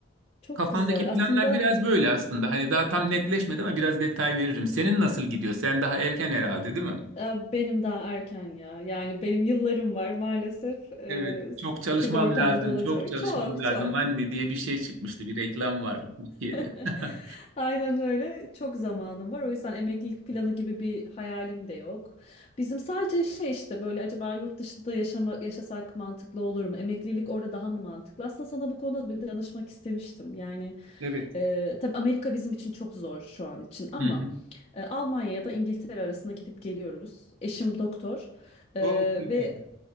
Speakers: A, on the left (about 30°); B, on the right (about 70°).
A: çok
B: Kafamdaki
A: güzel.
B: planlar
A: Aslında
B: biraz böyle aslında. Hani daha tam netleşmedi ama biraz detay veririm. Senin nasıl gidiyor? Sen daha erken herhalde, değil mi?
A: e, benim daha erken ya. Yani benim yıllarım var maalesef. E,
B: Evet. Çok çalışmam
A: sigortamda
B: lazım,
A: olacak.
B: çok çalışmam
A: Çok
B: lazım
A: çok.
B: anne diye bir şey çıkmıştı. Bir reklam vardı Türkiye'de.
A: <laughs>
B: <laughs>
A: Aynen öyle. Çok zamanım var. O yüzden emeklilik planı gibi bir hayalim de yok. Bizim sadece şey işte böyle acaba yurt dışında yaşama, yaşasak mantıklı olur mu? Emeklilik orada daha mı mantıklı? Aslında sana bu konuda bir danışmak istemiştim. Yani
B: Evet.
A: e, tabii Amerika bizim için çok zor şu an için ama
B: Hı hı.
A: e, Almanya ya da İngiltere arasında gidip geliyoruz. Eşim doktor e,
B: O çok
A: ve
B: güzel.